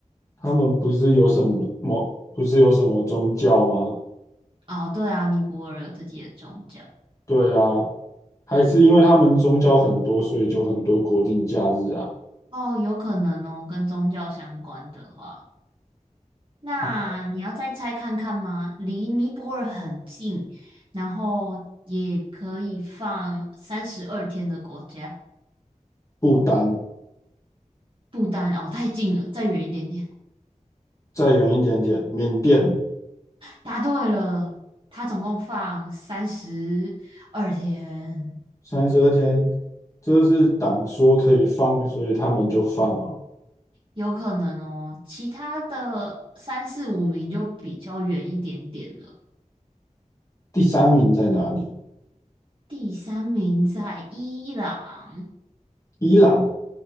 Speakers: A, on the left; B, on the right.
A: 他们不是有什么某，不是有什么宗教吗？
B: 哦？对啊，尼泊尔有自己的宗教
A: 对啊，还是因为他们宗教很多，所以就很多国定假日啊。
B: 哦，有可能哦，跟宗教相关的话。那你要再猜看看吗？
A: 好，
B: 离尼泊尔很近，然后也可以放三十二天的国家，
A: 不丹
B: 不丹哦，太近了，再远一点点。
A: 再远一点点，缅甸
B: 答对了，它总共放三十二天，
A: 三十二天，这是党说可以放，所以他们就放啊。
B: 有可能哦。其他的三四五名就比较远一点点了。
A: 第三名在哪里？
B: 第三名在伊朗，
A: 伊朗，